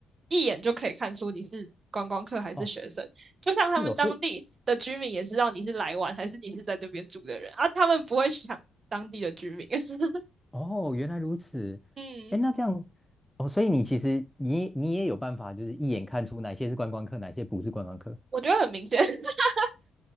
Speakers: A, on the right; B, in the centre.
A: 一眼就可以看出你是观光客还是学生，
B: 哦，
A: 就像他们当地的居民也知道你是来玩还是你是在这边住的人，
B: 是哦，所以
A: 啊，他们不会抢当地的居民。<laughs>
B: 哦，原来如此。
A: 嗯，
B: 哎，那这样哦，所以你其实你你也有办法，就是一眼看出哪些是观光客，哪些不是观光客。
A: 我觉得很明显，<laughs>